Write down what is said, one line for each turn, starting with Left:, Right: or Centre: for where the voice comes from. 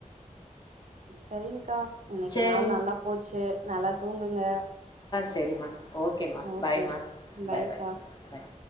Right: சரிங்க்கா இன்னைக்கு
Left: சரிம்மா.
Right: நாள் நல்லா போச்சு நல்லா தூங்குங்க.
Left: சரிம்மா ஓகேம்மா
Right: ஓகே
Left: பாய்மமா
Right: பாய்க்கா
Left: பாய் பாய் பாய்